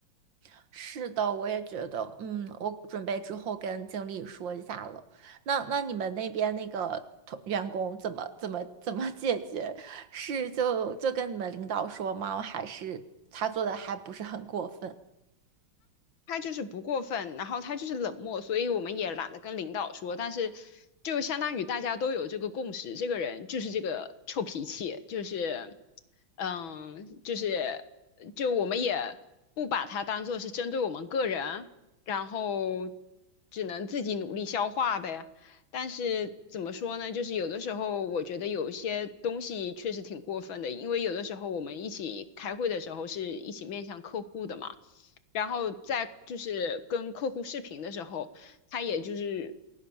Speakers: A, on the right; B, on the left.
A: <laughs> 是的，我也觉得，嗯，我准备之后跟经理说一下了。那那你们那边那个同员工怎么怎么怎么解决？是就就跟你们领导说吗？还是他做的还不是很过分？
B: 他就是不过分，然后他就是冷漠，所以我们也懒得跟领导说。但是，就相当于大家都有这个共识，这个人就是这个臭脾气，就是，嗯，就是就我们也不把他当做是针对我们个人，然后只能自己努力消化呗。但是怎么说呢？就是有的时候，我觉得有一些东西确实挺过分的，因为有的时候我们一起开会的时候是一起面向客户的嘛。然后在就是跟客户视频的时候，他也就是